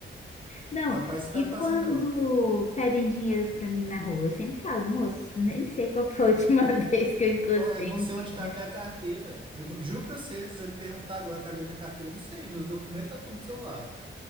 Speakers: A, on the left (about 35°); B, on the right (about 25°).
A: Não,
B: tá parece que
A: e
B: tá me passando
A: quando
B: droga.
A: pedem dinheiro pra mim na rua, eu sempre falo, moço, nem sei qual que foi a última <laughs> vez que eu encostei
B: Ó, eu não
A: em
B: sei onde
A: dinheiro.
B: tá a minha carteira. Eu não- juro pra você, se você me perguntar agora cadê minha carteira, eu não sei. Meus documentos tá tudo no celular.